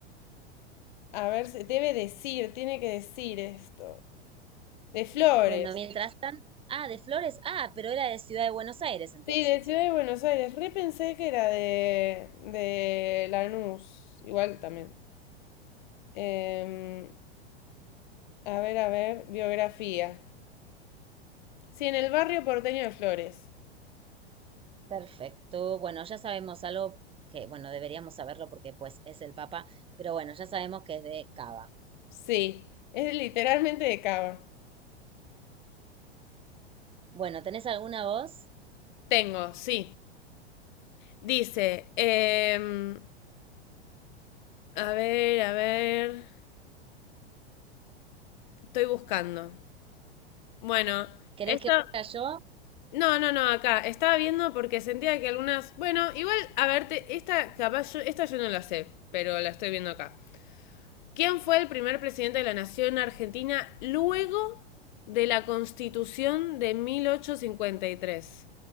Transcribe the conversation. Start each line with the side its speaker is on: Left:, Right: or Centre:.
Left: a ver, se- debe decir, tiene que decir esto. De Flores.
Right: Bueno, mientras tanto, ah, de Flores, ah, pero era de Ciudad de Buenos Aires entonces.
Left: Sí, de Ciudad de Buenos Aires. Repensé que era de, de Lanús, igual también. Em, a ver, a ver, biografía. Sí, en el barrio porteño de Flores.
Right: Perfecto, bueno, ya sabemos algo que, bueno, deberíamos saberlo porque pues es el Papa, pero bueno, ya sabemos que es de Cava.
Left: Sí, es literalmente de Cava.
Right: Bueno, ¿tenés alguna voz?
Left: Tengo, sí. Dice, em, a ver, a ver, estoy buscando. Bueno,
Right: ¿Querés
Left: esto.
Right: que vaya yo?
Left: No, no, no, acá. Estaba viendo porque sentía que algunas. Bueno, igual, a verte, esta capaz yo, esta yo no la sé, pero la estoy viendo acá. ¿Quién fue el primer presidente de la nación argentina luego de la Constitución de 1853?